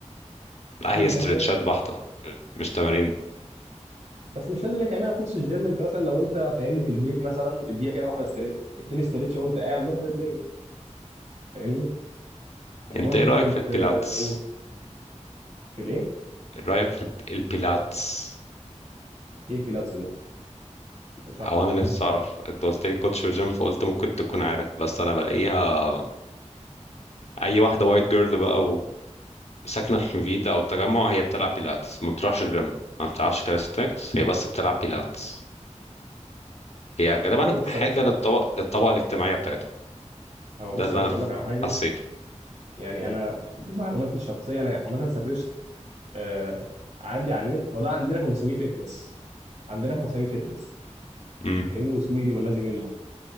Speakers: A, on the left; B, on the right.
A: لا
B: يا عم
A: هي
B: زي
A: استرتشات
B: كده ماشي
A: بحته مش تمارين
B: بس مش لازم هي تعملها في نص الجيم انت مثلا لو انت فاهمني في البيت مثلا اديها كده واحده استريتش اتنين استريتش وانت قاعد ظبط الدنيا فاهمني انا
A: انت
B: برضو
A: ايه رايك
B: كنت
A: في البيلاتس
B: آه، اقول في الايه
A: رأيك في الب- البيلاتس
B: ايه البيلاتس ده اشرح
A: او
B: لي
A: انا نفسي اعرف انت قلت لي كوتش وجيم فقلت ممكن تكون عارف بس انا بلاقيها اي واحدة وايت جيرل بقى وساكنة في حميدة او التجمع هي بتلعب بيلاتس ما بتروحش الجيم ما بتلعبش كاليستنكس هي بس بتلعب بيلاتس هي غالبا
B: هو بص
A: حاجة
B: يا باشا
A: للطبقة للطبقة الاجتماعية بتاعتهم
B: هو
A: ده
B: بص
A: اللي
B: يا باشا
A: انا ف-
B: اقول لك على حاجه
A: حسيته
B: يعني انا بمعلوماتي الشخصيه انا عامه سرشت آه عندي على النت هو ده عندنا كنا بنسميه فيتنس عندنا احنا بنسميه فيتنس
A: امم
B: لانه سويدي والذي منه